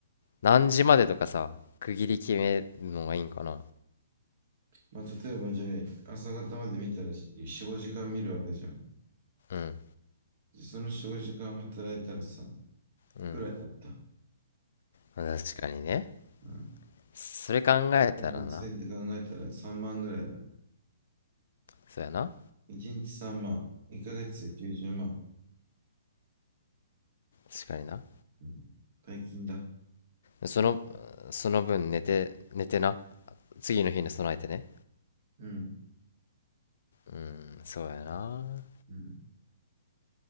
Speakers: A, on the left (about 65°); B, on the right (about 50°).
A: 何時までとかさ区切り決めるのがいいんかな
B: まあ、例えばじゃあ、朝方まで見たら4、5時間見るわけじゃん。
A: うん
B: でその4、5時間働いたらさ、
A: うん
B: いくらだった
A: 確かにね
B: うん。
A: それ考えたらな
B: 6000って考えたら3万ぐらいだ。
A: そうやな
B: 1日3万。1ヶ月で90万。
A: 確かにな
B: うん。大金だ。
A: そのその分寝て寝てな次の日に備えてね
B: うん、
A: うんそうやなっ
B: うん、